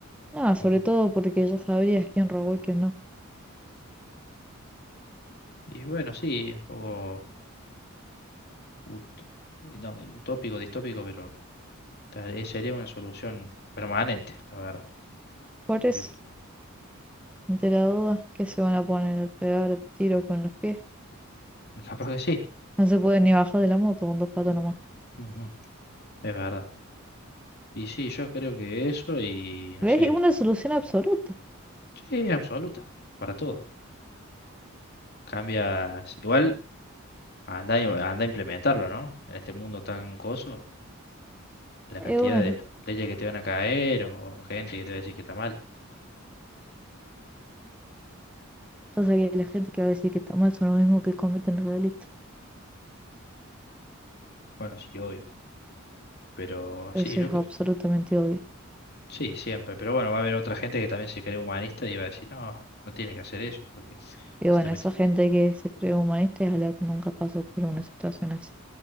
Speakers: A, in the centre; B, on the left.
A: Ah, sobre
B: habría.
A: todo porque ya sabrías quién robó y quién no.
B: Y bueno, sí, un poco ut- eh, no, eh, utópico, distópico, pero tal- eh, sería una solución permanente, la verdad.
A: Por eso,
B: Bien.
A: ante la duda, ¿qué se van a poner? a ¿Pegar tiros con los pies?
B: Y capaz que sí,
A: No se puede ni bajar de la moto con dos patas nomás.
B: ujú, es verdad. Y sí, yo creo que eso y no
A: ¿Ves?
B: sé,
A: Una solución absoluta.
B: sí, absoluta, para todo. Cambia, igual. Anda, y- anda a implementarlo, ¿no? En este mundo tan coso, la cantidad
A: Y bueno,
B: de leyes que te van a caer o gente que te va a decir que está mal.
A: pasa que la gente que va a decir que está mal son los mismos que cometen los delitos.
B: Bueno, sí, obvio. Pero sí,
A: Eso
B: yo
A: es
B: cre-
A: absolutamente obvio.
B: sí, siempre. Pero bueno, va a haber otra gente que también se cree humanista y va a decir, no, no tiene que hacer eso porque se
A: Y bueno,
B: está metiendo.
A: esa gente que se cree humanista es a la que nunca pasó por una situación así.